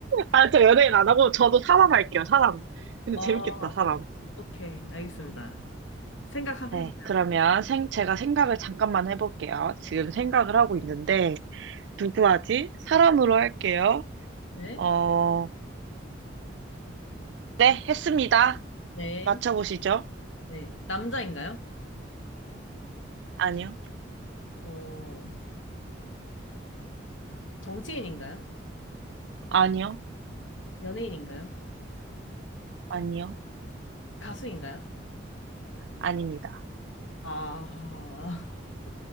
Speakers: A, on the right (about 65°); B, on the left (about 80°).
A: 아, 저 연예인 안 하고 저도 사람 할게요, 사람. 근데
B: 어,
A: 재밌겠다, 사람.
B: 오케이, 알겠습니다. 생각해보세요.
A: 네, 그러면 생, 제가 생각을 잠깐만 해볼게요. 지금 생각을 하고 있는데, 누구 하지? 사람으로 할게요.
B: 네,
A: 어, 네, 했습니다.
B: 네,
A: 맞춰보시죠.
B: 네. 남자인가요?
A: 아니요,
B: 어, 정치인인가요?
A: 아니요,
B: 연예인인가요?
A: 아니요,
B: 가수인가요?
A: 아닙니다.
B: 아,